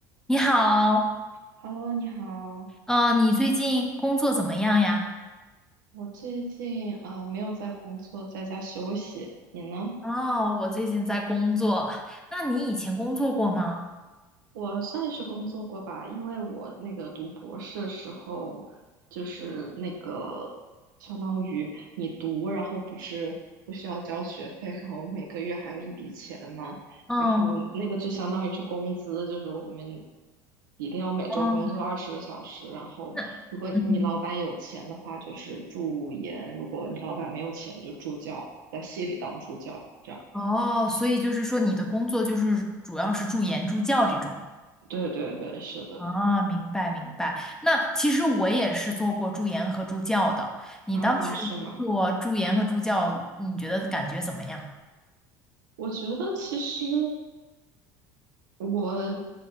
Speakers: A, in the centre; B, on the right (about 90°).
A: 你好，
B: Hello，你好，
A: 嗯、你最近工作怎么样呀？
B: 我最近呃没有在工作，在家休息。你呢？
A: 哦，我最近在工作。那你以前工作过吗？
B: 我算是工作过吧，因为我那个读博士时候，就是那个相当于你读，然后不是不需要交学费，然后每个月还有一笔钱嘛，
A: 嗯，
B: 然后那个就相当于是工资，就是我们一定要每周工作二十个小时，
A: 嗯，
B: 然后如果你老板有钱的话，
A: 那嗯，
B: 就是助研；如果你老板没有钱，就助教，在系里当助教，这样。
A: 哦，所以就是说你的工作就是主要是助研助教这种。
B: 对对对，是的，
A: 啊，明白明白。那其实我也是做过助研和助教的。你当时做助研和助教，
B: 啊啊，是吗？
A: 你觉得感觉怎么样？
B: 我觉得其实我